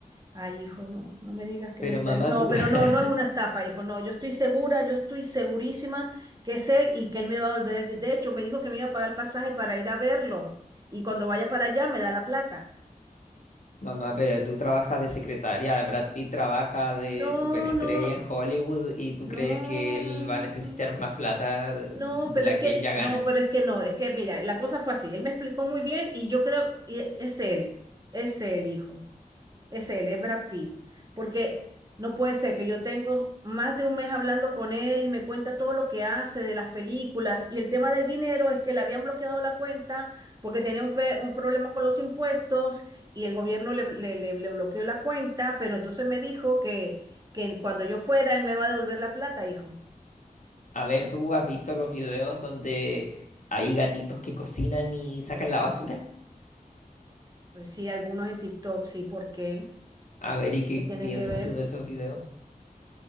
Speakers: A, on the right (about 25°); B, on the left (about 55°).
A: Ay, hijo, no, no me digas que
B: Pero
A: me están...
B: mamá,
A: No,
B: tú,
A: pero
B: <laughs>
A: no, no es una estafa, hijo, no, yo estoy segura, yo estoy segurísima que es él y que él me va a devolver. el... di- De hecho, me dijo que me iba a pagar el pasaje para ir a verlo y cuando vaya para allá me da la plata.
B: mamá, pero tú trabajas de secretaria. Brad Pitt trabaja de
A: No,
B: superestrella
A: no,
B: en Hollywood y tú
A: no,
B: crees que él
A: hijo,
B: va a necesitar
A: no.
B: más plata de
A: No, pero
B: la
A: es
B: que
A: que,
B: él ya gana.
A: no, pero es que no, es que mira, la cosa fue así, él me explicó muy bien y yo creo, y e, es él, es él, hijo, es él, es Brad Pitt, porque no puede ser que yo tengo más de un mes hablando con él y me cuenta todo lo que hace de las películas y el tema del dinero es que le habían bloqueado la cuenta porque tenía un, pe- un problema con los impuestos y el gobierno le, le, le- le bloqueó la cuenta, pero entonces me dijo que, que cuando yo fuera él me va a devolver la plata, hijo.
B: A ver, ¿tú has visto los videos donde hay gatitos que cocinan y sacan la basura?
A: Pues Sí, algunos en TikTok, sí, ¿por qué?
B: A ver, ¿y qué
A: ¿Qué tiene
B: piensas
A: que ver?
B: tú de esos videos?